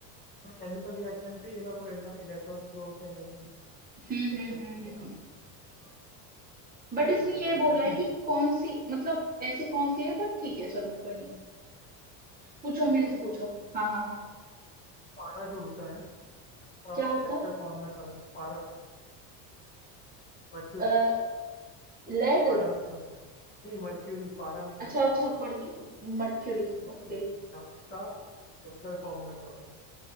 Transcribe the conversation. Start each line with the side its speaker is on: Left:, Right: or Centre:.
Left: केमिकल रिएक्शन पे ही है ना वो है ना इलेक्ट्रॉन फ्लो के एनर्जी जनरेट
Right: हम्म हम्म
Left: होती
Right: हम्म हम्म
Left: है ना
Right: हम्म।
Left: तो
Right: बट
Left: एनर्जी
Right: इसमें
Left: है मेरे
Right: ये
Left: को पता
Right: बोल रहा है
Left: है
Right: कि कौन सी मतलब ऐसी कौन सी है बट ठीक है चलो कोई नहीं पूछो
Left: तो पूछो
Right: मेरे से पूछो हाँ हाँ हाँ
Left: पारा जो होता है उसका
Right: क्या
Left: केमिकल
Right: होता
Left: फॉर्मूला क्या था पारा मर्क्यूरी
Right: है लेड
Left: पारा मीन्स मर्क्यूरी नहीं मर्क्यूरी पारा मीन्स
Right: अच्छा
Left: मर्क्यूरी
Right: अच्छा Mercury
Left: मर्क्यूरी,
Right: okay
Left: हाँ, उसका केमिकल फॉर्मूला क्या होता है